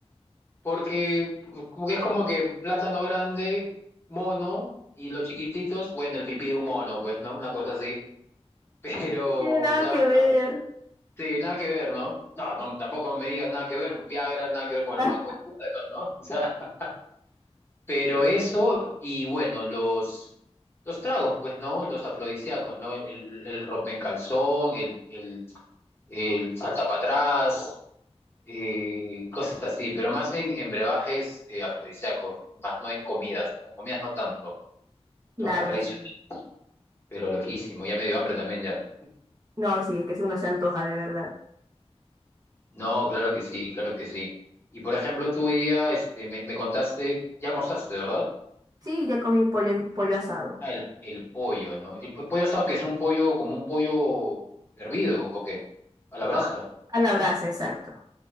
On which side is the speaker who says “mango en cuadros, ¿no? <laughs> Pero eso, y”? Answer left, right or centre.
Left